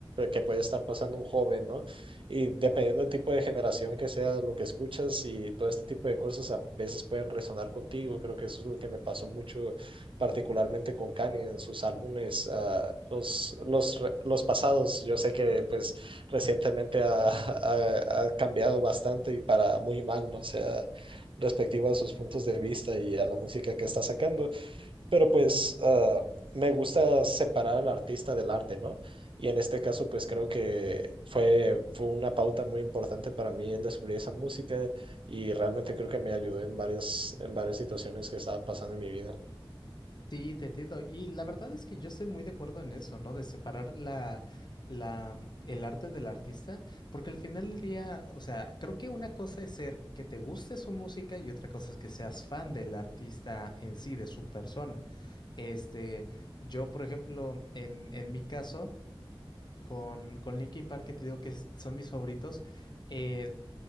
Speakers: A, on the right; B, on the left.
A: que puede estar pasando un joven, ¿no? Y dependiendo del tipo de generación que sea lo que escuchas y todo este tipo de cosas a veces pueden resonar contigo. Creo que eso es lo que me pasó mucho particularmente con Kanye en sus álbumes, uh, los, los, los, pasados. Yo sé que pues recientemente ha, ha, ha, cambiado bastante y para muy mal, ¿no? o sea, respectivo a sus puntos de vista y a la música que está sacando, pero pues uh, me gusta separar al artista del arte, ¿no? Y en este caso, pues creo que fue, fue una pauta muy importante para mí el descubrir esa música y realmente creo que me ayudó en varias, en varias situaciones que estaba pasando en mi vida.
B: Sí, te entiendo. Y la verdad es que yo estoy muy de acuerdo en eso, ¿no? De separar la, la, el arte del artista, porque al final del día, o sea, creo que una cosa es ser que te guste su música y otra cosa es que seas fan del artista en sí, de su persona. Este, yo, por ejemplo, en, en mi caso... Con, con Linkin Park, que te digo que es- son mis favoritos, eh,